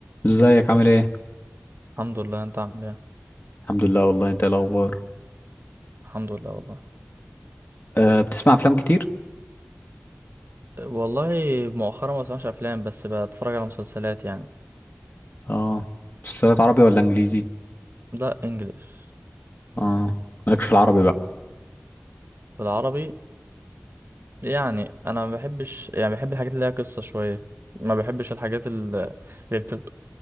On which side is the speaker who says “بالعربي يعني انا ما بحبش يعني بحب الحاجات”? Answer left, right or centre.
Right